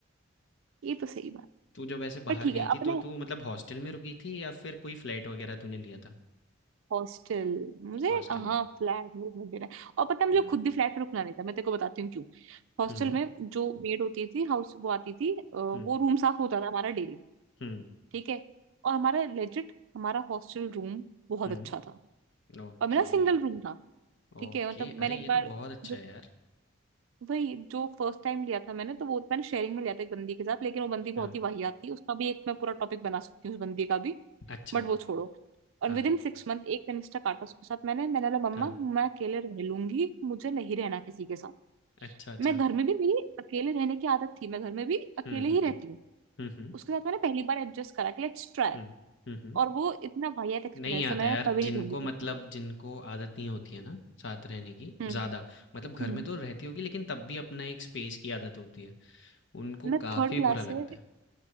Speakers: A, on the right; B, on the left.
A: ये तो सही बात
B: तू जब ऐसे बाहर
A: पर ठीक
B: गई
A: है अपने
B: थी तो तू मतलब हॉस्टल में रुकी थी या फिर कोई फ्लैट वगैरह तूने लिया था
A: हॉस्टल मुझे
B: हॉस्टल
A: कहाँ
B: में
A: फ्लैट में रुकने दे रहा है और पता है मुझे
B: हम्म
A: खुद भी फ्लैट में रुकना नहीं था मैं तेरे को बताती हूँ क्यों हॉस्टल
B: हम्म
A: में जो मेड होती थी हाउस वो आती थी अ, वो
B: हम्म
A: रूम साफ होता था हमारा डेली
B: हम्म
A: ठीक है और हमारा लेजिट हमारा हॉस्टल रूम बहुत
B: हम्म
A: अच्छा था
B: Okay
A: और मेरा सिंगल रूम था ठीक
B: okay
A: है मतलब मैंने
B: अरे ये
A: एक बार
B: तो बहुत अच्छा
A: जो
B: है यार
A: वही जो फर्स्ट टाइम लिया था मैंने तो वो मैंने शेयरिंग में लिया था एक बंदी के साथ लेकिन वो बंदी बहुत
B: हाँ,
A: ही वाहियात थी उसका भी एक मैं पूरा टॉपिक बना सकती हूँ उस बंदी का भी
B: अच्छा,
A: बट वो छोड़ो और
B: हाँ,
A: विद इन सिक्स मंथ एक सेमेस्टर काटा उसके साथ मैंने मैंने बोला मम्मा
B: हाँ।
A: मैं अकेले रह लूंगी मुझे नहीं रहना किसी के साथ
B: अच्छा, अच्छा।
A: मैं घर में भी मेरी अकेले रहने की आदत थी मैं घर में भी अकेले
B: हुँ, हुँ,
A: ही रहती
B: हुँ।
A: हूँ
B: हुँ, हुँ,
A: उसके साथ मैंने पहली बार एडजस्ट करा कि लेट्स ट्राई
B: हुँ। हुँ, हुँ।
A: और वो इतना वाहियात एक्सपीरियंस
B: नहीं आता
A: है मैंने
B: यार
A: कभी नहीं
B: जिनको
A: रहूंगी किसी
B: मतलब
A: के साथ
B: जिनको आदत नहीं होती है ना साथ रहने की
A: हम्म
B: ज़्यादा, मतलब घर
A: हम्म
B: में तो रहती होगी लेकिन तब भी अपना एक स्पेस की आदत होती है, उनको
A: मैं
B: काफ़ी
A: थर्ड क्लास
B: बुरा लगता
A: से
B: है।